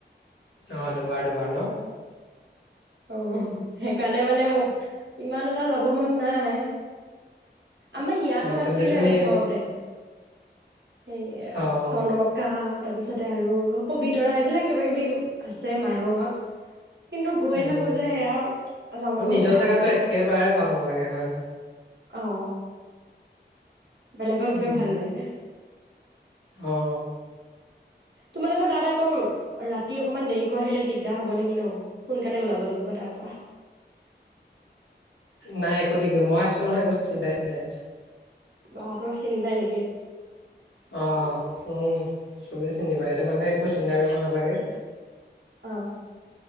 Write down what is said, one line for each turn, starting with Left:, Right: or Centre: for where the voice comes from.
Left: অ দুবাৰ দুবাৰ ন?
Right: উ সেইকাৰণে মানে ম ইমান এটা যাব মন নাই। আমাৰ ইয়াতো
Left: অ' তেন্তে
Right: আছিলে
Left: তুমি
Right: ওচৰতে। সেই
Left: অ'
Right: চনকাত। তাৰ পিছতে আৰু পবিতৰা এইবিলাক কিবা কিবি আছে মায়ঙত। কিন্তু গৈয়ে
Left: উম,
Right: থাকো যে সেয়া যাব
Left: অ'
Right: মন
Left: নিজৰ
Right: নাই
Left: জেগাতো
Right: আৰু।
Left: একেবাৰে ভাল নালাগে হয়।
Right: অহ। বেলেগত
Left: উম,
Right: গৈ ভাল লাগে।
Left: অঁ।
Right: তোমালোকৰ তাত আকৌ ৰাতি অকমান দেৰিকৈ আহিলে দিগদাৰ হব নেকি ন সোনকালে ওলাব লাগিব তাৰ পৰা।
Left: নাই একো দিগদাৰ মই আছো নহয় একো চিন্তাই নাই।
Right: তহঁতক চিনি পাই এনেকে।
Left: অ উ চবেই চিনি পায় সেইটো কাৰণে একো চিন্তা কৰিব নালাগে।
Right: অ